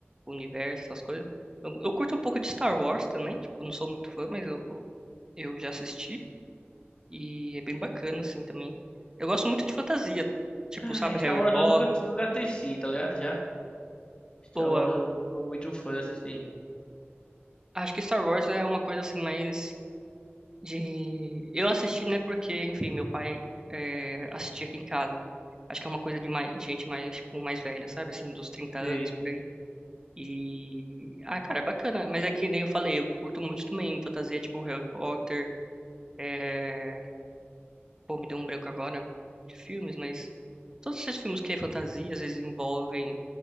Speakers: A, on the right (about 15°); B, on the left (about 25°).
A: o universo, essas coisas. Eu, eu curto um pouco de Star Wars também, tipo, não sou muito fã, mas eu, eu eu já assisti. E é bem bacana, assim, também. Eu gosto muito de fantasia. Tipo,
B: É,
A: sabe,
B: Star
A: Harry
B: Wars
A: Potter.
B: eu nunca, nunca assisti, tá ligado? Já. Star
A: Boa.
B: Wars eu nunca fui muito fã de assistir.
A: Acho que Star Wars é uma coisa, assim, mais de... Eu assisti, né, porque, enfim, meu pai é, assistia aqui em casa. Acho que é uma coisa de, mais, de gente mais, tipo, mais velha, sabe? Assim, dos trinta
B: Sei.
A: anos, por aí. E... Ah, cara, é bacana. Mas é que nem eu falei, eu curto muito também fantasia, tipo, Harry Potter. É... Pô, me deu um branco agora de filmes, mas... Todos esses filmes que é fantasia, às vezes envolvem